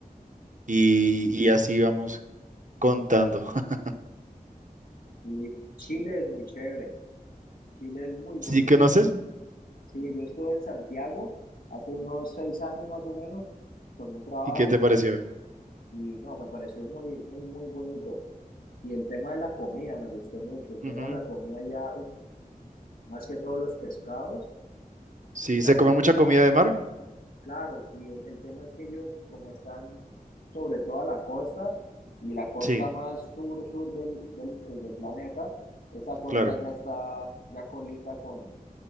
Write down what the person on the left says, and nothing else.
Y Chile es muy chévere, Chile es muy bonito.
Sí, yo estuve en Santiago hace unos seis años más o menos con un trabajo
Y no, me pareció muy, muy, muy bonito. Y el tema de la comida me gustó mucho. El tema
de la comida ya, uf, más que todos los pescados,
esa,
con-
esa,
claro, y el, el tema es que ellos, como están sobre toda la costa, y la costa
más sur, sur del, del, pues, del planeta, esa costa
ya está, ya colinda con,